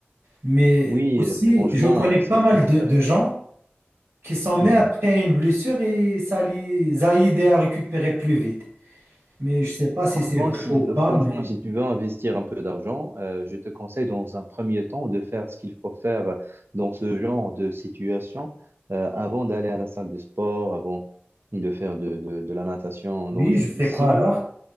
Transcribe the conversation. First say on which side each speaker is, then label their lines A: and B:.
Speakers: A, on the right; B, on the right.
A: Mais
B: Oui,
A: aussi,
B: euh, franchement,
A: je connais
B: euh,
A: pas
B: c'est
A: mal
B: très intéressant.
A: de, de gens qui s'en mettent
B: Mmh.
A: après une blessure et ça les a aidés à récupérer plus vite. Mais je sais pas si
B: Franchement,
A: c'est vrai
B: si,
A: ou pas,
B: euh, franchement,
A: mais
B: si tu veux investir un peu d'argent, euh, je te conseille dans un premier temps de faire ce qu'il faut faire dans ce genre de situation euh, avant d'aller à la salle de sport, avant de faire de, de- de la natation
A: oui,
B: dans une
A: je fais
B: piscine
A: quoi alors?